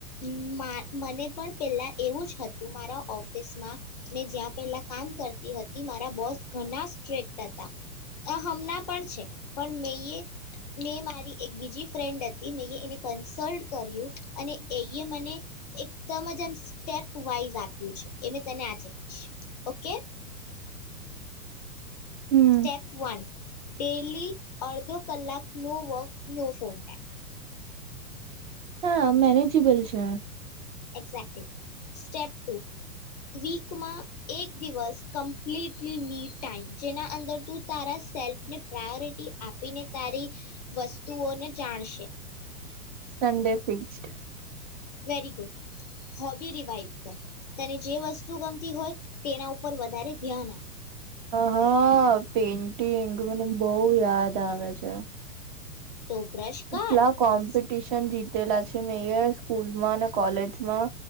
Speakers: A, on the left (about 30°); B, on the right (about 35°).
A: મ મને પણ પહેલા એવું જ હતું. મારા ઓફિસમાં મેં જ્યાં પહેલા કામ કરતી હતી મારા બોસ ઘણા સ્ટ્રેક્ટ હતા આ હમણાં પણ છે પણ મે મેં મારી એક બીજી ફ્રેન્ડ હતી મેં એને કન્સલ્ટ કર્યું અને એયે મને એકદમ જ આમ સ્ટેપ વાઈઝ આપ્યું છે. એ મેં તને આજે કહીશ ઓકે?
B: હમ
A: સ્ટેપ વન ડેયલી અડધો કલાક no work no phone time.
B: હા મેનેજેબલ છે.
A: એક્ઝેટલી. સ્ટેપ ટુ વીકમાં એક દિવસ કમ્પ્લીટલી ની ટાઈમ જેના અંદર તું તારા સેલ્ફને પ્રાયોરિટી આપીને તારી વસ્તુઓને જાણશે.
B: Sunday fixed.
A: Very good. Hobby revive કર તને જે વસ્તુ ગમતી હોય તેના ઉપર વધારે ધ્યાન આપ.
B: હા પેન્ટિંગ મને બહ યાદ આવે છે.
A: તો બ્રશ કાઢ
B: એટલા કોમ્પિટિશન
A: અને
B: જીત તેલા છે મે સ્કૂલમાં અને કોલેજમાં